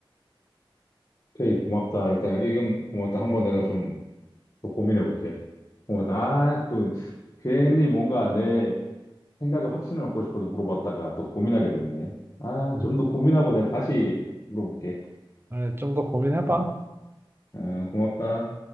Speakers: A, on the left; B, on the right.
A: 오케이, 고맙다. 일단 의견 고맙다. 한번 내가 좀 더 고민해 볼게. 어, 나 또 괜히 뭔가 내 생각에 확신을 얻고 싶어서 물어봤다가 또 고민하게 됐네. 아,
B: 음.
A: 좀 더 고민하고 내가 다시 물어볼게.
B: 아, 좀더 고민해봐.
A: 어, 어, 고맙다.